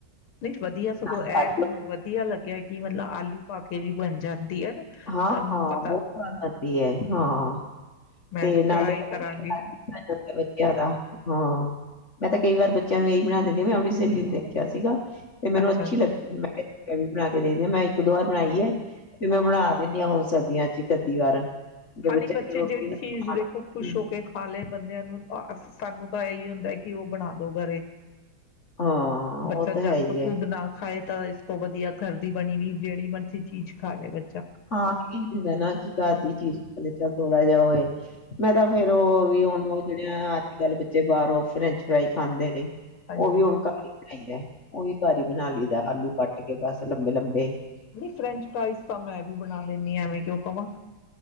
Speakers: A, on the left (about 80°); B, on the left (about 40°).
A: ਨਹੀਂ ਵਧੀਆ ਸਗੋਂ
B: ਹਾਂ
A: ਇਹ ਮੈਨੂੰ ਵਧੀਆ ਲੱਗਿਆ ਕਿ ਮਤਲਬ ਆਲੂ ਪਾ ਕੇ ਵੀ ਬਣ ਜਾਂਦੀ ਹੈ
B: ਹਾਂ
A: ਸਾਨੂੰ
B: ਹਾਂ
A: ਪਤਾ
B: ਬਹੁਤ ਗੱਲ ਆਦੀ ਹੈ ਹਾਂ
A: ਮੈਂ
B: ਤੇ
A: ਵੀ
B: ਨਾਲੇ
A: ਟਰਾਈ
B: ਪਤਾ
A: ਕਰਾਂਗੀ
B: ਕੀ ਜਾਂਦਾ ਬੱਚਿਆਂ ਦਾ ਹਾਂ ਮੈਂ ਤਾਂ ਕਈ ਵਾਰ ਬੱਚਿਆਂ ਨੂੰ ਇਹੀ ਬਣਾ ਦਿੰਦੀ ਹ ਮੈਂ ਆਪਣੀ ਸਹੇਲੀ ਨੂੰ ਦੇਖਿਆ ਸੀਗਾ ਤੇ ਮੈਨੂੰ
A: ਅੱਛਾ
B: ਅੱਛੀ ਲੱਗੀ ਕ ਵੀ ਬਣਾ ਕੇ ਦੇਖਦੇ ਹ ਮੈਂ ਇੱਕ ਦੋ ਵਾਰ ਬਣਾਈ ਹੈ ਤੇ ਮੈਂ ਬਣਾ ਹੁਣ ਸਰਦੀਆਂ ਚ ਇੱਕ ਅੱਧੀ ਵਾਰ ਜੇ
A: ਹਨਾਂ ਬੱਚੇ
B: ਨੇ ਰੋਟੀ
A: ਜਿਹੜੀ
B: ਨਾ
A: ਚੀਜ਼
B: ਖਾਣ
A: ਦੇਖੋ ਖੁਸ਼
B: ਹੂੰ।
A: ਹੋ ਕੇ ਖਾ ਲਏ ਬੰਦਿਆਂ ਨੂੰ ਸਾਨੂੰ ਤਾਂ ਇਹੀ ਹੁੰਦਾ ਕਿ ਉਹ ਬਣਾ ਦੋ ਘਰੇ
B: ਹਾਂ,
A: ਬੱਚਾ
B: ਉਹ ਤਾਂ
A: ਜੰਕ
B: ਹੈ ਹੀ ਹੈ।
A: ਫੂਡ ਨਾ ਖਾਏ ਤਾਂ ਇਸ ਕੋੋ ਵਧੀਆ ਘਰ ਬਣੀ ਵੀ ਜਿਹੜੀ ਮਰਜ਼ੀ ਚੀਜ਼ ਖਾ ਲਏ ਬ
B: ਹਾਂ ਇਹ ਹੁੰਦਾ ਨਾ ਕੀ ਘਰ ਦੀ ਚੀਜ਼ ਪਲੇ ਚੱਲ ਥੋੜਾ ਜਿਹਾ ਹੋਵੇ ਮੈਂ ਤਾਂ ਫੇਰ ਉਹ ਵੀ ਹੁਣ ਜਿਹੜੇ ਅੱਜ ਕੱਲ੍ਹ ਬੱਚੇ ਬਾਹਰੋਂ ਫਰੈਂਚ ਫਰਾਈ ਖਾਂਦੇ ਨੇ
A: ਹਾਂਜੀ
B: ਉਹ ਵੀ
A: ਹਾਂਜੀ
B: ਹੁਣ ਘਰ ਹੀ ਬਣਾਈਦੇ ਉਹੀ ਘਰ ਈ ਬਣਾ ਲਈ ਦਾ ਆਲੂ ਕੱਟ ਕੇ ਬਸ ਲੰਬੇ ਲੰਬੇ
A: ਨਹੀਂ ਫ੍ਰੈਂਚ ਫ੍ਰਾਈਜ਼ ਸਮੈਂ ਵੀ ਬਣਾ ਦੇਣੀ ਆਂ ਐਵੇਂ ਕਿਉਂ ਕਵਾਂ।